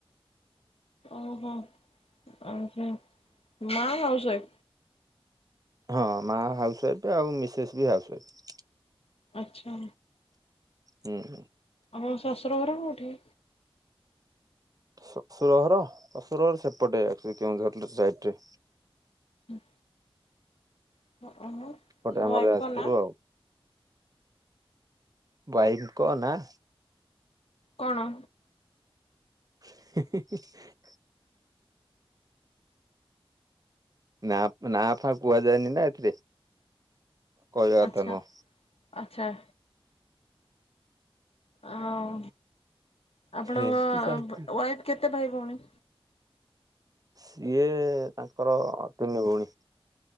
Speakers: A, on the left (about 85°); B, on the right (about 40°).
A: ଓହୋ ମା ଆଉଛ
B: ହଁ ମା ହାଉସୱାଇଫ୍ ଆଉ ମିସେସ୍ ବି ହାଉସ ୱାଇଫ୍
A: ଆଚ୍ଛା।
B: ହୁଁ ହୁଁ।
A: ଆମ ଶଶୁର ଘର କୋଉଠି।
B: ସସୁର ଘର ସସୁରହର ସେପଟେ କେଉଁଝର ସାଇଟରେ।
A: ହୁଁ। <inaudible>
B: ଗୋଟେ ଆମର ଯାଜପୁର
A: ଙ୍କ ନାଁ
B: ଆଉ ୱାଇଫଙ୍କ ନା।
A: କଣ।
B: ହିଁ ହିଁ ହିଁ। ନା ନା ଫା କୁହାଯାଏନି ନା ଏଥିରେ। କହିବା
A: ଆଚ୍ଛା
B: କଥା ନୁହଁ
A: ଆଚ୍ଛା। ଆଉ ଆପଣଙ୍କ
B: ଏମିତି ଚାଲିଛି।
A: ୱାଇଫ କେତେ ଭାଇ ଭଉଣୀ।
B: ସିଏ ତାଙ୍କର ତିନି ଭଉଣୀ।